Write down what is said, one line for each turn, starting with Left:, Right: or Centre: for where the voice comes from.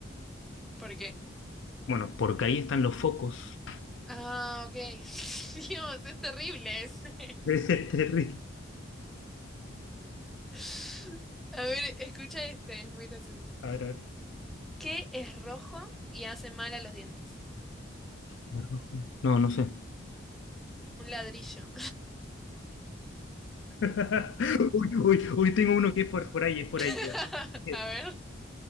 Centre: ¿Por qué?
Left: Bueno, porque ahí están los focos.
Centre: Ah, ok. <laughs> Dios, es terrible ese.
Left: <laughs> Es terrible.
Centre: <laughs> A ver, escucha este, es muy gracioso.
Left: A ver, a ver.
Centre: ¿Qué es rojo y hace mal a los dientes?
Left: <laughs> Rojo. No, no sé.
Centre: Un ladrillo.
Left: <laughs> Uy, uy, uy, tengo uno que es por, por ahí, es por
Centre: <laughs>
Left: ahí. mira. Eh,
Centre: A ver.